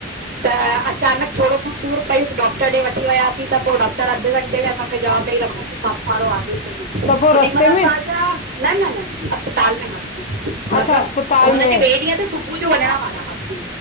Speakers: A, on the right; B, on the left.
A: त अचानक थोड़ो सो सूर पयुस डॉक्टर ॾे वठी वियासीं त पो डॉक्टर टर अधु घंटे में असांखे जवाब ॾई रखंउं की साम्हूं वारो आहे ई कोन्ह
B: त पोइ
A: ओॾीमल
B: रस्ते
A: असांजा
B: में
A: न-न-न अस्पताल में हास मतलब
B: अच्छा अस्पताल
A: हुनजे
B: में
A: ॿिए ॾींहं ते सुबुअ जो वंञंण वारा हासीं